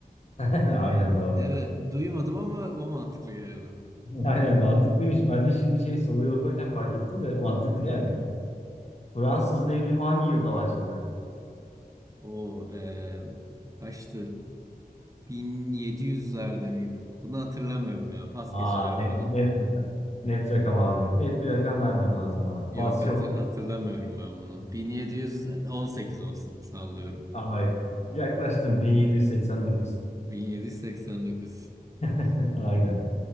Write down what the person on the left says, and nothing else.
<laughs> Aynen doğru.
Aynen mantıklıymış. Ben de şimdi şey soruyu okurken fark ettim de <laughs> mantıklı
yani. Fransız devrimi hangi yılda başladı?
Aa net
net rakam. Net rakam abi. Net bir rakam vermen lazım bana.
Pas
yok.
Aa, Hayır. Yaklaştım 1789.
<laughs> Aynen.